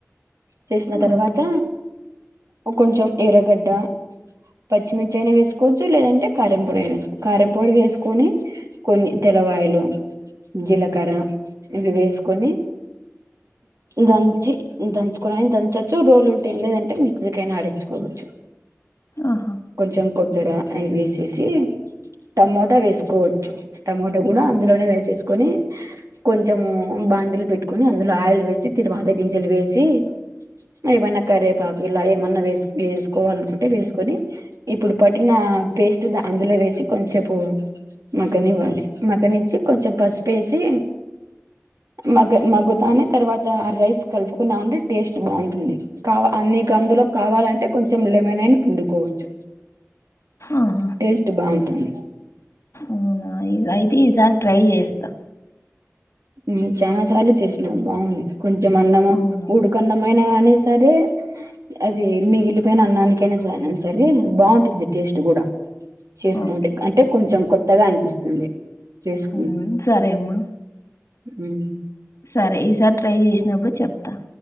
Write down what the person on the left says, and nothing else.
ఓకే
ఆహా
ఆహా
అవునా ఈ అయితే ఈసారి ట్రై చేస్తా
అవునా
ఓకే
మ్ సరే అమ్మా
సరే ఈసారి ట్రై చేశినప్పుడు చెప్త